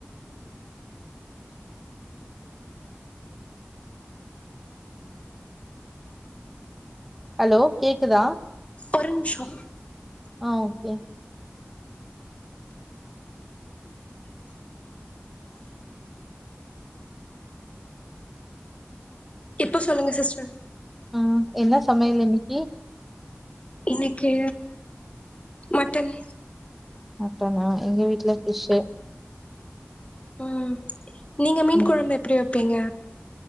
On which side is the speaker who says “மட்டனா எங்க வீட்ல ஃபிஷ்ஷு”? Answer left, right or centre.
Centre